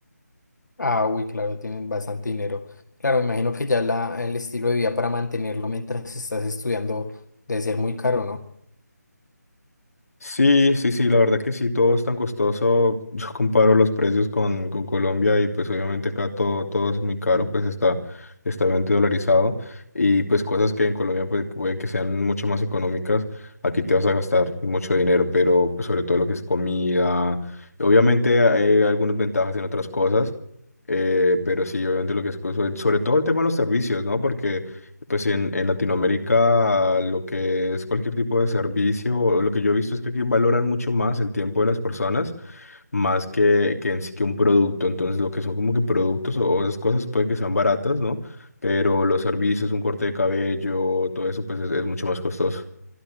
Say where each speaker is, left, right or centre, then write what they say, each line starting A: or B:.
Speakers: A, on the left; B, on the left.
A: Ah, uy, claro, tienen bastante dinero. Claro, me imagino que ya la, el estilo de vida para mantenerlo mientras estás estudiando debe ser muy caro, ¿no?
B: Sí, sí, sí, la verdad que sí, todo es tan costoso. <laughs> Yo comparo los precios con, con Colombia y pues obviamente acá todo, todo es muy caro, pues está, está obviamente dolarizado y pues cosas que en Colombia pues, puede que sean mucho más económicas, aquí te vas a gastar mucho dinero, pero pues sobre todo lo que es comida, obviamente hay algunas ventajas en otras cosas, eh, pero sí, obviamente lo que es, pues, sobre sobre todo el tema de los servicios, ¿no? Porque... Pues en, en Latinoamérica lo que es cualquier tipo de servicio, o lo que yo he visto es que aquí valoran mucho más el tiempo de las personas, más que, que en sí que un producto. Entonces lo que son como que productos o, o esas cosas puede que sean baratas, ¿no? Pero los servicios, un corte de cabello, todo eso pues es, es mucho más costoso.